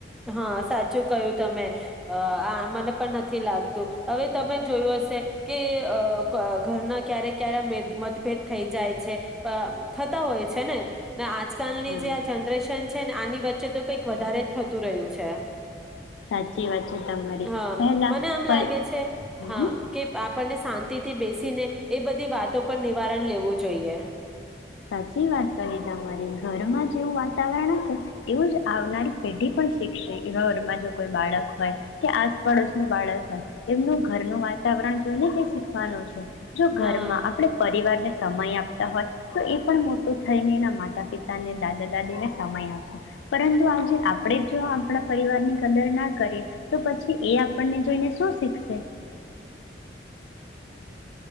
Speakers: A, in the centre; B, on the left (about 80°).
A: હા, સાચું કયું તમે. અહ આ મને પણ નથી લાગતું. હવે તમે જોયું હશે કે અહ ક ઘરના ક્યારે ક્યારે મેત મતભેદ થઈ જાય છે. પા થતા હોય છે ને. ને આજકાલની
B: હા
A: જે આ જનરેશન છ ને આની વચ્ચે તો કંઈક વધારે થતું રહ્યું છે.
B: સાચી વાત છે તમારી
A: હા
B: પહેલા
A: મને આમ
B: પર
A: લાગે છે હા
B: હમ
A: કે આપણને શાંતિ થી બેસીને એ બધી વાતો પર નિવારણ લેવું જોઈએ.
B: સાચી વાત કરી તમારી. ઘરમાં જેવું વાતાવરણ હશે એવું જ આવનારી પેઢી પણ શીખશે. ઘરમાં જો કોઈ બાળક હોય કે આસપડોસનું બાળક હોય, એમનું ઘરનું વાતાવરણ જોઈને જ શીખવાનું છે. જો ઘરમાં
A: હા
B: આપડે પરિવારને સમય આપ તા હોય તો એ પણ મોટું થઈને એના માતા-પિતાને દાદા-દાદીને સમય આપશે પરંતુ આજે આપણે જો આપણા પરિવારની કદર ના કરીએ તો પછી એ આપણને જોઈને શું શીખશે?